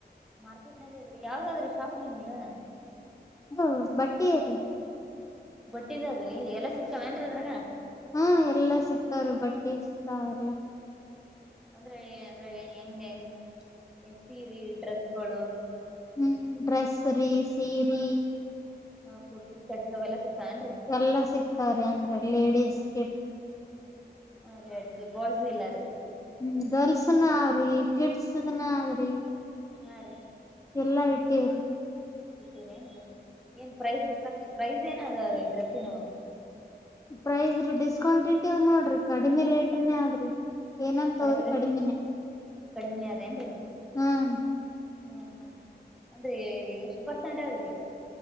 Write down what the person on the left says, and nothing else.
ಅದು ಬಟ್ಟಿ ಅದೆ
ಹಾ ಎಲ್ಲಾ ಸಿಕ್ತಾವ್ರಿ ಬಟ್ಟೆ ಸಿಗ್ತಾವ ಎಲ್ಲಾ
ಹ್ಮ್ ಡ್ರೆಸ್ ರೀ ಸೀರಿ
ಎಲ್ಲ ಸಿಕ್ತಾವ್ರ ಅಂದ್ರೆ ಲೇಡೀಸ್ ಕಿಟ್
ಹ್ಮ್ ಗರ್ಲ್ಸ್ನ ಅವ್ರಿ ಕಿಡ್ಸ್ದನ ಆದ್ರಿ
ಎಲ್ಲಾ ಇಟ್ಟ್ರೀ
ಪ್ರೈಸ್್ರೀ ಡಿಸ್ಕೌಂಟ್ ಇಟವ್ ನೋಡ್ರಿ ಕಡಿಮಿ ರೇಟ್ನೇ ಆದ್ರಿ ಏನಂತವ್ರಿ
ಕಡಿಮಿನೆ
ಹ್ಮ್